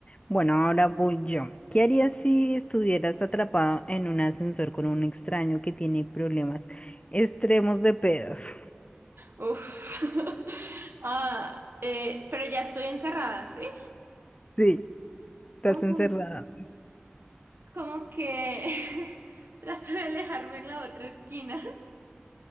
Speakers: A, on the left; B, on the right.
A: Bueno, ahora voy yo. ¿Qué harías si estuvieras atrapado en un ascensor con un extraño que tiene problemas extremos de pedos? <laughs>
B: Uf. <laughs> Ah, eh, pero ya estoy encerrada, ¿sí?
A: Sí, estás
B: Oh.
A: encerrada,
B: como que <laughs> trato de alejarme en la otra esquina,